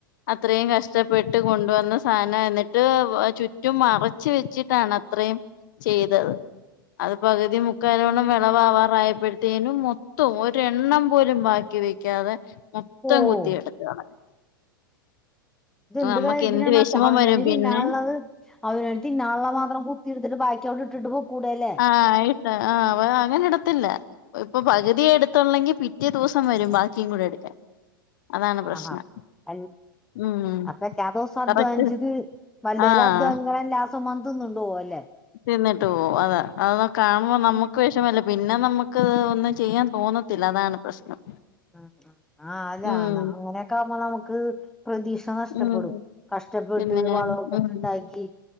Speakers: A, on the left; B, in the centre.
A: അത്രയും കഷ്ടപ്പെട്ട് കൊണ്ടുവന്ന സാധനാ എന്നിട്ട് ചുറ്റും മറച്ച് വെച്ചിട്ടാണ് ത്രം ചെയ്തത് അത് പകുതി മുക്കാലോളം വെളവാവാറായപ് ത്തേനും മൊത്തം ഒരെണ്ണം പോലും ബാക്കി വെക്കാതെ മൊത്തം
B: ഓഹ്
A: കുത്തി എടുത്തുകളഞ്ഞ്
B: ഇതെന്ത്
A: നമ്മക്ക്
B: കാര്യത്തിനാണ്
A: എന്ത് വിഷമം
B: അവനോന്‌
A: വരും പിന്നെ
B: തിന്നാനുള്ളത് അവനവന് തിന്നാനുള്ള മാത്രം കുത്തിയെടുത്തിട്ട് ബാക് ബാക്കി അവിടെ ഇട്ടിട്ട് പൊക്കൂടേല്ലേ?
A: ആഹ് ആയിട്ട് ആഹ് അ അങ്ങനെ ഇടത്തില്ല. ഇപ്പൊ പകുതിയേ എടുത്തുള്ളെങ്കി പിറ്റേ ദിവസം വരും ബാക്കിയും കൂടെ എടുക്കാൻ. അതാണ് പ്രശ്നം
B: ആഹാ അൽ
A: ഉം
B: അപ്പ എല്ലാ ദിവസവും
A: കറക്റ്റ്
B: അധ്വാനിച്ചത്. വല്ലോരും
A: ആഹ്
B: അധ്വാനിക്കണ എല്ലാ ദിവസോം തിന്നോണ്ട് പോവും അല്ലേ?
A: തിന്നിട്ട് പോവും അതാ. അതൊക്കെ കാണുമ്പോ നമുക്ക് വിഷമല്ലേ പിന്നെ നമുക്ക് ഒന്നും ചെയ്യാൻ തോന്നത്തില്ല അതാണ് പ്രശ്നം.
B: ഉ ആഹ് അല്ല
A: ഉം
B: അങ്ങനെയൊക്കെ ആകുമ്പോ നമുക്ക് പ്രതീക്ഷ നഷ്ടപ്പെടും
A: ഉം
B: കഷ്ടപ്പെട്ട്
A: പിന്നെ
B: വളമൊക്കെ
A: ഉം
B: ഉണ്ടാക്കി